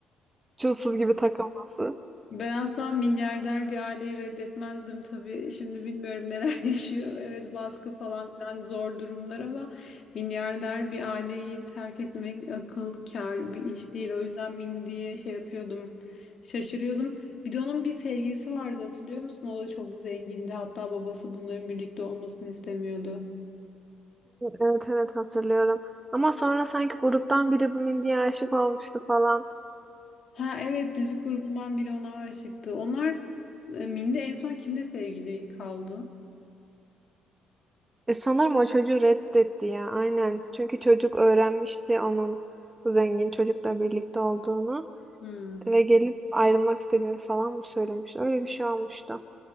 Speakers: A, on the right (about 20°); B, on the left (about 55°).
A: çulsuz gibi takılması. Hı,
B: Ben asla milyarder bir aileyi reddetmezdim tabii. Şimdi bilmiyorum neler <laughs> yaşıyor. Evet baskı falan filan zor durumlar ama milyarder bir aileyi terk etmek akıl kâr bir iş değil. O yüzden min diye şey yapıyordum. Şaşırıyordum. Bir de onun bir sevgilisi vardı hatırlıyor musun? O da çok zengindi. Hatta babası bunların birlikte olmasını istemiyordu.
A: Evet evet hatırlıyorum. Ama sonra sanki gruptan biri bu Mindy'ye aşık olmuştu falan.
B: Ha evet müzik grubundan biri ona aşıktı. Onlar e, Minde en son kimle sevgili kaldı?
A: E, sanırım o çocuğu reddetti ya aynen. Çünkü çocuk öğrenmişti onun bu zengin çocukla birlikte olduğunu.
B: Hmm.
A: Ve gelip ayrılmak istediğini falan mı söylemiş? Öyle bir şey olmuştu.